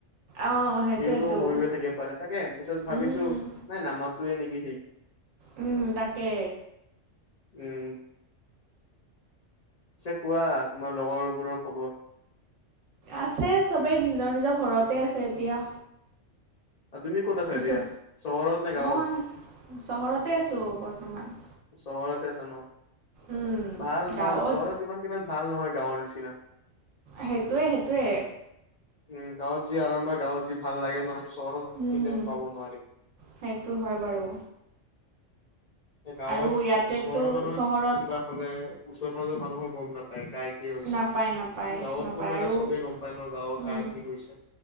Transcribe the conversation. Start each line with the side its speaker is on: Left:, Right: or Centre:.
Right: অঁ সেইটোৱেতো
Left: সিওতো হৈ থাকিব পাৰে তাকে পিছত ভাবিছোঁ
Right: উম উম
Left: নাই নামাতোয়ে নেকি সি
Right: উম তাকে।
Left: উম পিছে কোৱা তোমাৰ লগৰবোৰৰ খবৰ
Right: আছে সবেই নিজৰ নিজৰ ঘৰতে আছে এতিয়া।
Left: তুমি ক'ত আছা
Right: কিছু
Left: এতিয়া চহৰত নে গাঁৱত?
Right: মই চহৰতে আছোঁ বৰ্তমান।
Left: চহৰতে আছা ন
Right: উম,
Left: ভাল
Right: গাঁৱত
Left: ভাল চহৰত যিমান কিমান ভাল নহয় গাঁৱৰ নিচিনা।
Right: সেইটোৱে সেইটোৱে।
Left: উমঁ গাঁৱত যি আৰাম বা গাঁৱত যি ভাল লাগে ন হেইয়টো চহৰত
Right: উম,
Left: কেতিয়াও পাব নোৱাৰি।
Right: সেইটো হয় বাৰু।
Left: গাঁৱৰ
Right: আৰু ইয়াতেতো
Left: চহৰৰ মানুহৰ
Right: চহৰত
Left: কিবা হ'লে ওচৰে পাজৰেৰ মানুহো গম নাপায় তাই কি হৈছে
Right: নাপায় নাপায়
Left: গাঁৱতটো
Right: নাপায়
Left: হ'লে
Right: আৰু
Left: চবে গম পায় ন গাঁৱৰ
Right: উম,
Left: কাৰ কি হৈছে।